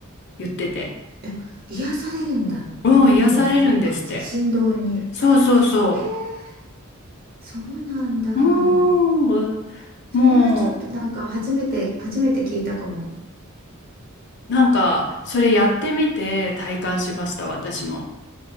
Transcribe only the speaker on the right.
え癒されるんだ。
音に癒される感じ。
振動に。
えーそうなんだ。
それはちょっとなんか初めて、初めて聞いたかも。